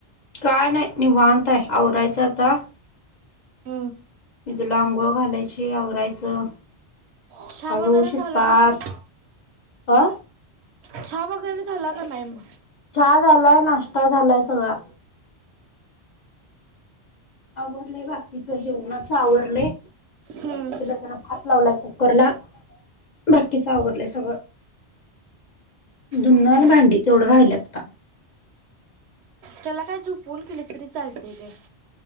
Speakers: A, on the left; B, on the right.
A: काय नाही निवांत हाय आवरायचं आता.
B: हम्म
A: मग तिला आंघोळ घालायची आवरायचं.
B: चहा
A: हाळू
B: वगैरे झाला
A: विस्तार
B: का ना
A: आ.
B: चहा वगैरे झाला का नाही मग.
A: चहा झाला नाश्ता झालाय सगळा. आवरलेय बाकीच जेवणाच आवरलंय
B: हम्म
A: तिला जरा भात. लावला कुकरला बाकीच आवरलंय सगळं. धुन
B: हम्म
A: आणि भांडी तेवढं राहिल आत्ता.
B: त्याला काय झोपवून केलीस तरी चालतेय ते.